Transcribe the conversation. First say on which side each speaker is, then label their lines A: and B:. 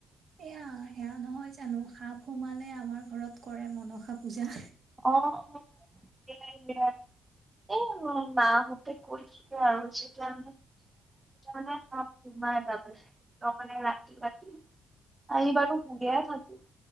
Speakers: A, on the right (about 60°); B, on the right (about 15°).
A: এয়া সেয়া নহয় জানো, সাপ সোমালে আমাৰ ঘৰত কৰে মনসা পূজা।
B: আহ অ' সেয়াই। এ‌ মা হতে কৈছিলে আৰু <unintelligible> তাৰ মানে সাপ সোমাই <unintelligible> ৰাতি ৰাতি এইবাৰো শুই এ থাকো